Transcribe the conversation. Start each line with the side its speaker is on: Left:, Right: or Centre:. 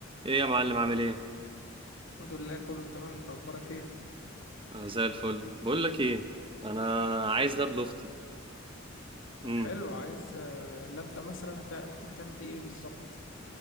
Right: ايه يا معلم عامل ايه
Left: الحمد لله كله تمام انت اخبارك ايه
Right: آه زي الفل بقول لك ايه انا عايز لاب لاختي
Left: طب
Right: امم
Left: حلو عايز آه، اللاب ده مثلا هت... اختك هتعمل بيه ايه بالظبط